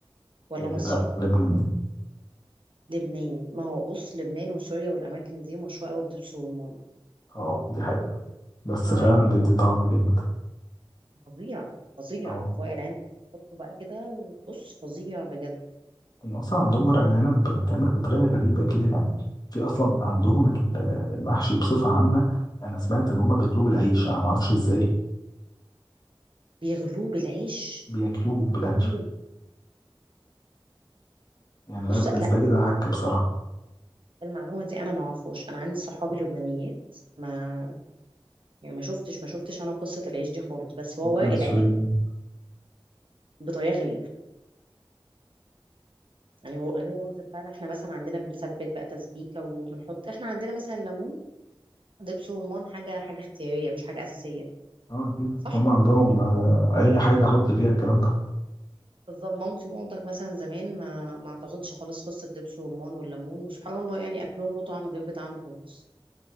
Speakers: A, on the right (about 65°); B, on the left (about 45°).
A: ولا
B: آه
A: مصري
B: لا لبنان
A: لبناني ما هو بص لبنان وسوريا والأماكن دي مشهورة قوي بدبس الرمان
B: اه دي حقيقة بس
A: وائل
B: فعلا
A: عنب
B: بيدي طعم جامد
A: فظيع فظيع
B: اه
A: في وائل عنب تحطه بقى كده وبص فظيع بجد
B: هم اصلا عندهم ورق العنب بتعمل بطريقة غريبة كده يعني في اصلا عندهم ال- المحشي بصفة عامة انا سمعت ان هم بيطلبوا العيش انا ما اعرفش ازاي
A: بيغلوه بالعيش
B: بياكلوه بالعنف
A: بيغلوه بال-
B: يعني
A: بص
B: انا بالنسبه
A: لا
B: لي ده عك بصراحه
A: المعلومة دي أنا ما أعرفهاش أنا عندي صحابي لبنانيات ما يعني ما شفتش ما شفتش أنا قصة العيش دي خالص بس هو
B: ممكن
A: وائل
B: السوريين
A: عنب بطريقة غريبة يعني هو- غير الرز بتاعنا احنا مثلا عندنا بنسبك بقى تسبيكه وبنحط احنا عندنا مثلا ليمون دبس رمان حاجه حاجه اختياريه مش حاجه اساسيه
B: اه اكيد
A: صح
B: هم عندهم
A: كده؟
B: آه اي حاجه احط فيها الكلام ده
A: بالظبط مامتي ومامتك مثلا زمان ما ما اعتقدش خالص قصه دبس رمان والليمون وسبحان الله يعني اكلهم له طعم غير بتاعنا خالص